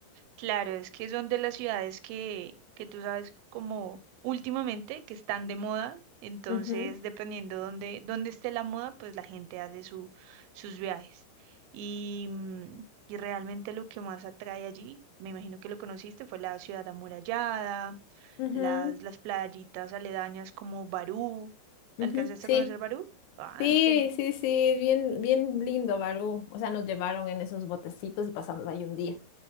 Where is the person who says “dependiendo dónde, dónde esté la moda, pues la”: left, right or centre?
Right